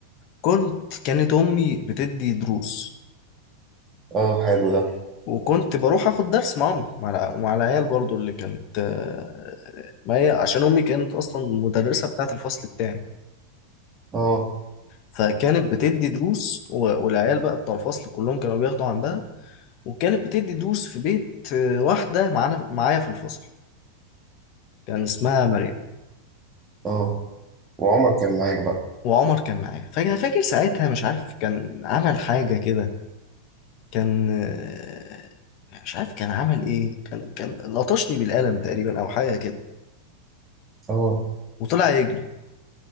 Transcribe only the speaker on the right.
اه حلو ده
اه
اه وعمر كان معاك بقى
اه